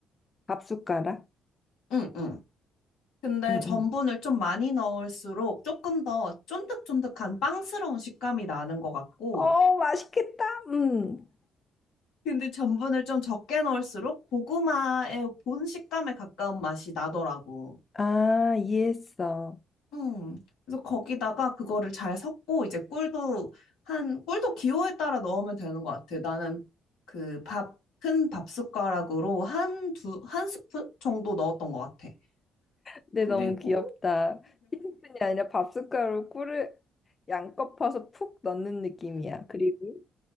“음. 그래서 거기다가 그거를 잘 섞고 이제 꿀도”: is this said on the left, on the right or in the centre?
Left